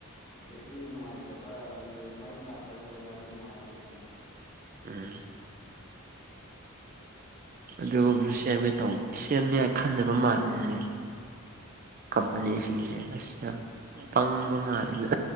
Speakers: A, on the left; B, on the right.
A: ꯕꯦꯇ꯭ꯔꯤ ꯅꯨꯡꯉꯥꯏꯇꯕ ꯑꯗꯨꯒ ꯃꯩ ꯂꯥꯛ ꯇꯕ ꯖꯒꯥꯗꯤ ꯅꯨꯡꯉꯥꯏꯔꯦꯗꯅ꯫
B: ꯎꯝ ꯑꯗꯨꯒꯨꯝꯕꯖꯨ ꯁꯦꯝꯒꯦ ꯇꯧꯕ ꯁꯦꯝꯅꯤꯉꯥꯏ ꯈꯟꯗꯕ ꯃꯥꯜꯂꯤꯅꯦ꯫ ꯀꯝꯄꯅꯤꯁꯤ꯫ <unintelligible> ꯄꯪꯕ ꯃꯥꯜꯂꯤꯗ